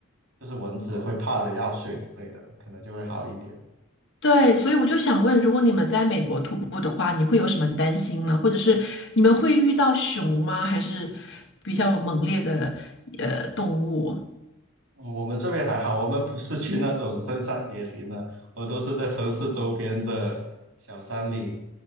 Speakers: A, on the right; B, on the left.
A: 就是蚊子会怕的药水之类的，可能就会好一点。
B: 对，所以我就想问，如果你们在美国徒步的话，你会有什么担心吗？或者是你们会遇到熊吗？还是比较猛烈的呃动物？
A: 我们这边还好，我们不是去那种深山野林的，我都是在城市周边的小山岭